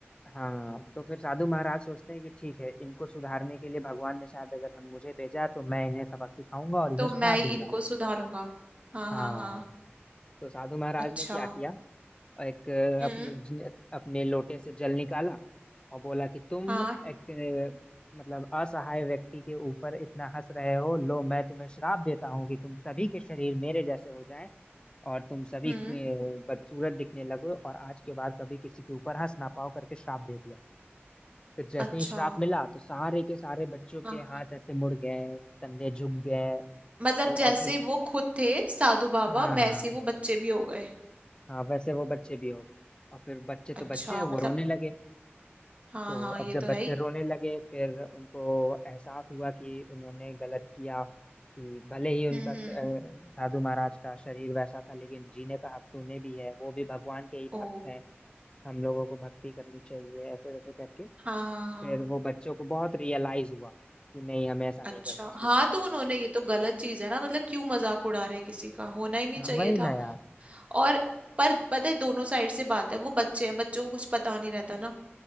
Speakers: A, on the left (about 20°); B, on the right (about 30°).
A: हाँ तो फिर साधु महाराज सोचते हैं कि ठीक है इनको सुधारने के लिए भगवान ने शायद अगर हम मुझे भेजा है, तो मैं इन्हें सबक सिखाऊंगा और इन्हें
B: तो
A: सुधार
B: मैं ही
A: दूंगा
B: इनको सुधारूंगा हाँ
A: हाँ
B: हाँ हाँ
A: तो साधु महाराज
B: अच्छा
A: ने क्या किया और एक अ,
B: हम्म
A: अपनी ज- अपने लोटे से जल निकाला और बोला कि तुम
B: हाँ
A: एक अ, मतलब असहाय व्यक्ति के ऊपर इतना हंस रहे हो लो मैं तुम्हें श्राप देता हूँ कि तुम सभी के शरीर मेरे जैसे हो जाएं और तुम सभी
B: हम्म
A: अ, बदसूरत दिखने लगो और आज के बाद कभी किसी के ऊपर हंस ना पाओ करके श्राप दे दिया तो जैसे
B: अच्छा
A: ही श्राप मिला तो सारे के सारे बच्चों
B: हाँ
A: के हाथ ऐसे मुड़ गए कंधे झुक गए
B: मतलब
A: तो और
B: जैसे
A: फिर
B: वो खुद थे साधु बाबा
A: हाँ
B: वैसे
A: हाँ
B: वो बच्चे भी हो गए
A: हाँ वैसे वो बच्चे भी हो गए और फिर बच्चे तो
B: अच्छा
A: बच्चे हैं
B: मतलब
A: वो रोने लगे
B: हाँ
A: तो
B: हाँ
A: अब
B: ये
A: जब
B: तो
A: बच्चे
B: है ही
A: रोने लगे फिर उनको एहसास हुआ कि उन्होंने गलत किया कि भले ही उनका
B: हम्म
A: श-
B: हम्म।
A: अ, दादू महाराज का शरीर वैसा था लेकिन जीने का हक तो उन्हें भी है वो भी भगवान के ही
B: ओ
A: भक्त हैं हम लोगों को भक्ति करनी चाहिए ऐसे वैसे करके
B: हाँ हाँ
A: फिर वो बच्चों को बहुत रियलाइज हुआ कि नहीं हमें ऐसा नहीं
B: अच्छा
A: करना चाहिए
B: हाँ
A: था
B: तो उन्होंने ये तो गलत चीज है ना मतलब क्यों मजाक उड़ा रहे हैं किसी का होना ही नहीं
A: हाँ
B: चाहिए
A: वही ना
B: था
A: यार
B: और पर पता है दोनों साइड से बात है वो बच्चे हैं बच्चों को कुछ पता नहीं रहता ना